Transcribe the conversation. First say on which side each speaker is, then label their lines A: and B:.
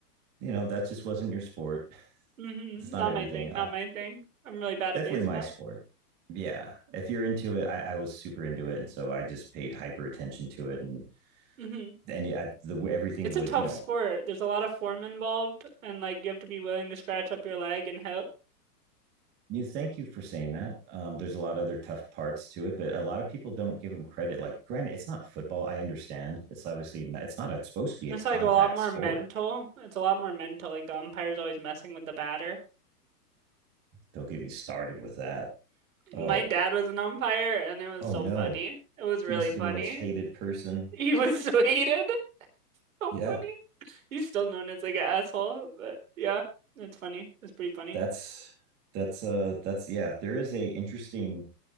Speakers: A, on the right; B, on the right.
A: you know that just wasn't your sport. <laughs>
B: hmm
A: It's not
B: Not
A: everything.
B: my thing.
A: I
B: Not my thing. I'm really bad
A: definitely
B: at baseball.
A: my sport. Yeah, if you're into it, I, I was super into it, and so I just paid hyper attention to it and
B: hmm
A: and yeah, the everything
B: It's
A: would
B: a tough
A: you know.
B: sport. There's a lot of form involved, and like you have to be willing to scratch up your leg and hip.
A: You thank you for saying that. Um, there's a lot of other tough parts to it, but a lot of people don't give them credit. Like, granted, it's not football. I understand. It's obviously not, it's not a, it's supposed to be
B: It's
A: a contact
B: like a lot more
A: sport.
B: mental. It's a lot more mental. Like the umpire's always messing with the batter.
A: Don't get me started with that. Oh,
B: My dad was an umpire, and it was
A: oh
B: so
A: no,
B: funny. It was
A: he
B: really
A: must have
B: funny.
A: been the most hated
B: <laughs>
A: person.
B: He was so <laughs> hated. <laughs> So
A: Yeah,
B: funny. He's still known as like an asshole, but yeah, that's funny. That's pretty funny.
A: that's that's uh that's yeah. There is a interesting